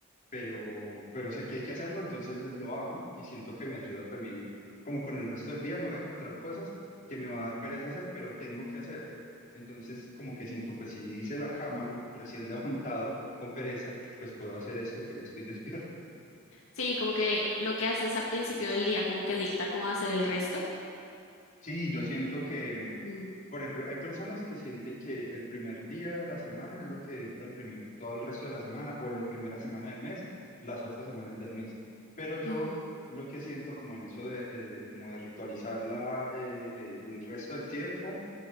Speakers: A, on the left; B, on the left.
A: pero, pero sé que hay que hacerlo, entonces lo hago y siento que me ayuda también, como con el resto del día me voy a encontrar cosas que me va a dar pereza hacer, pero tengo que hacer. Entonces, como que siento, pues si hice la cama <laughs> recién levantado con pereza, pues puedo hacer esto que ya estoy <laughs> despierto.
B: Sí, como que lo que haces a principio del día, como que dicta cómo va a ser el resto.
A: Sí, yo siento que
B: Mm,
A: Por ejemplo, hay personas que sienten que el primer día de la semana es lo que dicta el primer, todo el resto de la semana o la primera semana del mes, las otras semanas del mes. Pero yo
B: ujú.
A: lo que siento como en eso de, eh, como de ritualizar la, eh, eh, el resto del tiempo,